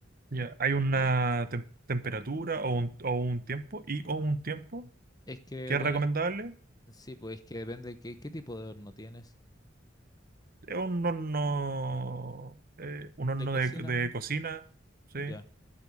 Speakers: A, on the right; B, on the left.
A: Ya, hay una
B: ¿ya?
A: tem- temperatura o un, o un tiempo y o un tiempo
B: Es que,
A: que
B: bueno,
A: es recomendable.
B: sí, pues es que depende de qué, qué tipo de horno tienes.
A: Es un horno, eh, un horno
B: ¿De cocina?
A: de, de cocina, sí,
B: Ya,